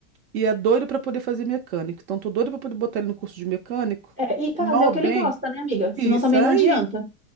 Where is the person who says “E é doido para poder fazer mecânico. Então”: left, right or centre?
Right